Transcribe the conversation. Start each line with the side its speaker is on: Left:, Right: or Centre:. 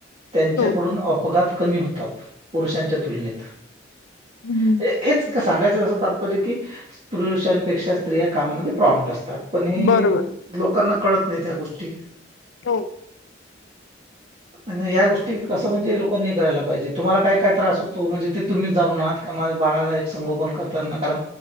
Right: त्यांच्याकडून
Left: हो
Right: अपघात कमी होतात पुरुषांच्या तुलनेत
Left: हम्म
Right: म्हणजे हेच सांगायचं असं तात्पर्य की पुरुषांपेक्षा स्त्रिया कामामध्ये प्रॉम्ट असतात पण ह
Left: बरोबर
Right: लोकांना कळतं नाही त्या गोष्टी
Left: हो
Right: <inaudible> म्हणजे या गोष्टी कसं म्हणजे लोकांनी करायला पाहिजे तुम्हाला काय काय त्रास होतो म्हणजे ते तुम्हीच जाणून आहात त्या बाळाला एक संगोपन करताना कारण